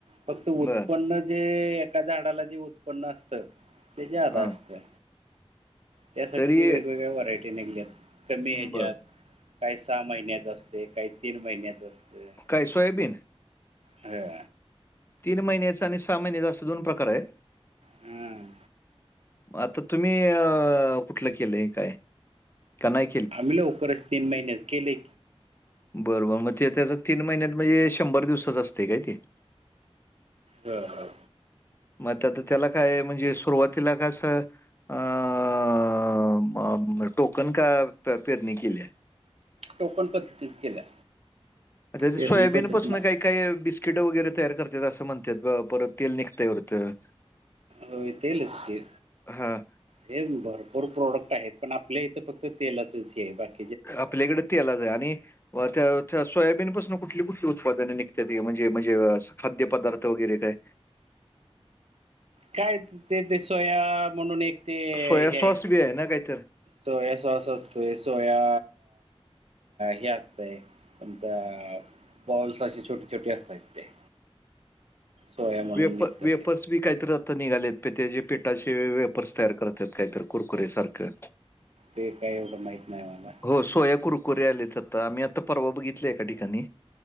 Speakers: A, on the right; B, on the left.
A: फक्त उत्पन्न
B: बरं.
A: जे एका झाडाला जे उत्पन्न असतं ते जादा
B: हां.
A: असतं. त्यासाठी
B: तरी
A: त वेगवेगळ्या व्हरायटी निघल्यात कमी ह्याच्यात
B: बरं.
A: काही सहा महिन्यात असते काही तीन महिन्यात असते
B: काय सोयाबीन?
A: हो.
B: तीन महिन्याचा आणि सहा महिन्याचा असा दोन प्रकार आहे?
A: हम्म.
B: आता तुम्ही अ कुठलं केलंय काय? का नाही
A: आम्ही लवकरच तीन महिने केले.
B: बरोबर मग ते त्याच तीन महिन्यात म्हणजे शंभर दिवसाच असते काय ते?
A: ह हा.
B: मग आता त्याला काय म्हणजे सुरुवातीला काय असं अ टोकन का पेरणी केली आहे
A: टोकन पद्धती केल्या
B: अते
A: पेरणी
B: सोयाबीन
A: पद्धती
B: पासना
A: नाही
B: काय काही बिस्किट वगैरे तयार करतात असं म्हणतात परत तेल निघततं.
A: होय तेलच ते
B: हा
A: ते भरपूर प्रोडक्ट आहेत पण आपल्या इथं फ़क्त तेलाच हे बाकी
B: आपल्याकडे तेलाच आहे आणि व त्या सोयाबीन पाासून कुठली कुठली उत्पादने निघतात म्हणजे म्हणजे खाद्य पदार्थ वगैरे काय?
A: काय ते ते सोया म्हणून एक ते
B: सोया
A: हे आहेत
B: सॉस बी आहे ना काहीतर?
A: सोया सॉस असतोय सोया हे असतय आता बॉल्स अे छोटे छोटे असतात ते. सोया म्हणून
B: वेपर्स,
A: निघतं
B: वेपर्स
A: ते
B: बी काहीतरी आता निघालेत प त्याे पेटाचे वेपर्स तयार करत आहेत काहीतरी कुरकुरे सारखं.
A: ते काय एवढं माहित नाही मला.
B: हो सोया कुरकुरे आलेत आता मी आता परवा बघितले एका ठिकाणी.